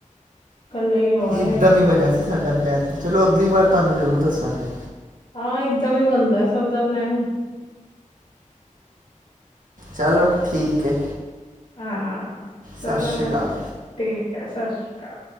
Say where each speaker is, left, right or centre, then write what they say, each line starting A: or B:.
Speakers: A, on the left; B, on the right.
A: ਕੱਲੇ ਹੀ ਹੋ ਆਏ
B: ਇੱਕਦਮ
A: ਹੋ
B: ਹੀ ਬਣਿਆ ਸੀ ਸਾਡਾ ਪਲੈਨ ਚਲੋ ਅਗਲੀ ਵਾਰ ਤੁਹਾਨੂੰ ਜ਼ਰੂਰ ਦੱਸਾਂਗੇ।
A: ਹਾਂ ਇਕਦਮ ਹੀ ਬਣਦਾ ਸਭ ਦਾ ਪਲੈਨ-
B: ਚਲੋ ਠੀਕ ਹੈ।
A: ਹਾਂ ਚਲੋ
B: ਸਤਿ ਸ਼੍ਰੀ
A: ਫਿਰ
B: ਅਕਾਲ।
A: ਠੀਕ ਹੈ। ਸਤਿ ਸ਼੍ਰੀ ਅਕਾਲ।